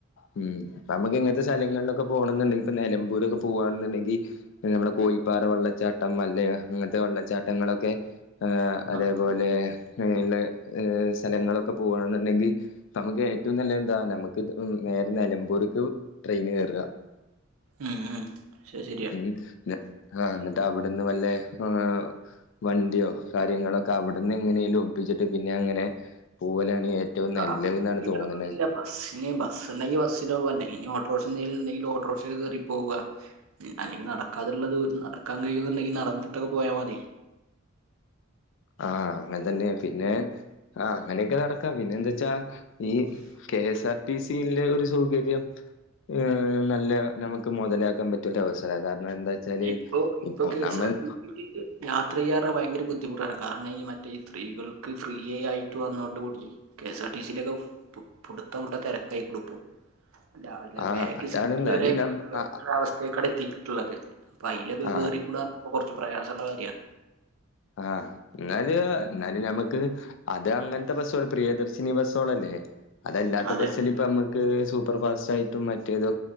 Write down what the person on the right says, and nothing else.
ആ ആ
ഉം ഉം ശരി ശരിയാ
അവിടുന്ന്
ഒപ്പിക്കണമെന്നില്ല
ബസ്സിന് ബസ് ണ്ടെങ്കി ബസ്സില് പോക അല്ലങ്കി ഇനി ഓട്ടോർക്ഷന്തേലും ണ്ടെങ്കിൽ ഓട്ടോർക്ഷക്ക് കേറി പോവാ അല്ലെങ്കി നടക്കാതുള്ളത് നടക്കാൻ കഴിയുന്നുണ്ടെങ്കിൽ നടന്നിട്ടൊക്കെ പോയാ മതി
ഇപ്പൊ ഇപ്പൊ
കെ സ് ആർ ടി സി ക്ക് യാത്രയ്യാറ്ഞ്ഞാ ഭയങ്കര ബുദ്ധിമുട്ടാണ് കാരണം ഈ മറ്റേ ഈ സ്ത്രീകൾക്ക് ഫ്രീയ ആയിട്ട് വന്നതൊണ്ട് കൂടി K S R T C യിലൊക്കെ പുട് പുട്ത്തം വ്ട്ട തെരക്കായ്ക്കുണു പ്പൊ അല്ല അല്ല
ബാക്ക്
സീറ്റില്
വരെ
പ <unintelligible>
അവസ് അ കടത്തിയിട്ടുള്ളത് അപ്പൊ അയ്ലൊക്കെ
കേറിക്കൂടാർഞ്ഞാ പ്പൊ കൊർച്ച് പ്രയാസള്ള കാര്യാണ്
അതെ
അതെ